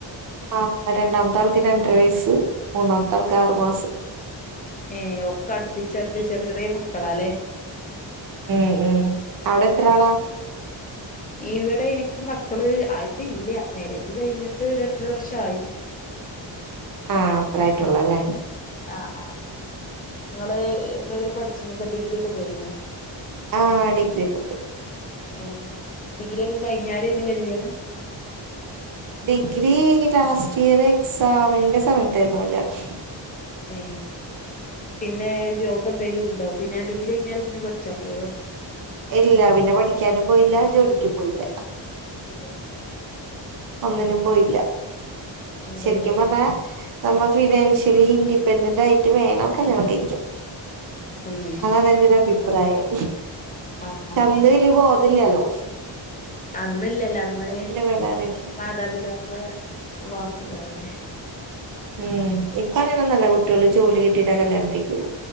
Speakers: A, on the right (about 45°); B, on the left (about 20°).
A: ആഹ് രണ്ടാമത്തെ ആൾക്ക് രണ്ടര വയസ്സ് മൂന്നാമത്താൾക്ക് ആറു മാസം.
B: ഏഹ് ഒക്കെ അടുപ്പിച്ച് അടുപ്പിച്ച് ചെറിയ ചെറിയ മക്കളല്ലേ?
A: ഉം ഉം അവിടെ എത്ര ആളാ?
B: ഇവിടെ എനിക്ക് മക്കള് ആയിട്ടില്ല, മാരേജ് കഴിഞ്ഞിട്ട് രണ്ടര വർഷ ആയി.
A: ആഹ് അത്ര ആയിട്ടുള്ളല്ലേ.
B: ആഹ് ആഹ് ഇങ്ങള് എത്രവരെ പഠിച്ചുണ്ട്, ഡിഗ്രി ഒക്കെ പോയിനോ?
A: ആഹ് ഡിഗ്രിയൊക്കെ പോയി.
B: ഏഹ് ഡിഗ്രി ഒക്കെ കഴിഞ്ഞാണ് കല്യാണം.
A: ഡിഗ്രി ലാസ്റ്റ് ഇയർ എക്സാമിന്റെ സമയത്തായിരുന്നു കല്യാണം.
B: ഏഹ് പിന്നെ ജോബ് എന്തെലും ഉണ്ടോ, പിന്നെ ഡിഗ്രി കഴിഞ്ഞാല് പിന്നെ പഠിച്ചാൻ പോയോ?
A: ഇല്ല പിന്നെ പഠിക്കാനും പോയില്ല ജോലിക്കും പോയില്ല.
B: എ
A: ഒന്നിനും പോയില്ല
B: രണ്ടും
A: ശരിക്കും
B: ഇല്ലല്ലേ
A: പറഞ്ഞാൽ. നമ്മള് ഫിനാൻഷ്യലി ഇൻഡിപെൻഡന്റ് ആയിട്ട് വേണം കല്യാണം കഴിക്കാൻ.
B: ഉം
A: അതാണ് എന്റെയൊരു അഭിപ്രായം
B: ഒന്ന് ആഹ്
A: അന്ന് വെല്ല്യ ബോധം ഇല്ലല്ലോ?
B: അന്നില്ലല്ലേ അന്ന്
A: വില അറിയുന്നത്
B: മാതാപിതാക്കളെ വാക്കുതാവും തന്നെ.
A: ഉം ഇപ്പ അങ്ങനെ ഒന്നുമല്ല കുട്ടിയോള് ജോലി കിട്ടിട്ടാ കല്യാണം കഴിക്കൊള്ളൂ.